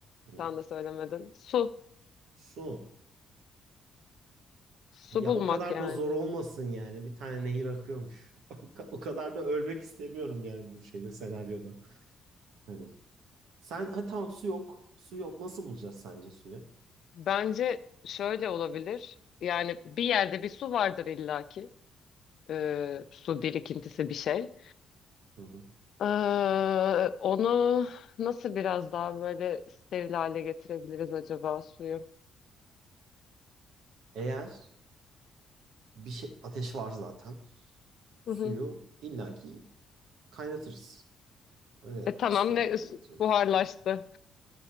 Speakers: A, on the right (about 85°); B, on the left (about 65°).
A: Ne?
B: Sen de söylemedin. Su.
A: Su.
B: Su
A: Ya
B: bulmak
A: o kadar
B: yani.
A: da zor olmasın yani. Bir tane nehir akıyormuş. <laughs> O, ka- o kadar da ölmek istemiyorum yani bu şeyde senaryoda. Hani sen ha tamam su yok. Su yok. Nasıl bulacağız sence suyu?
B: Bence şöyle olabilir. Yani bir yerde bir su vardır illaki. Ee, su birikintisi bir şey.
A: Hı hı.
B: Ee, onu nasıl biraz daha böyle steril hale getirebiliriz acaba suyu?
A: Eğer bir şey ateş var zaten. Suyu
B: Hı hı.
A: illaki kaynatırız. Öyle
B: E tamam
A: steril
B: ne
A: hale getiririz.
B: buharlaştı.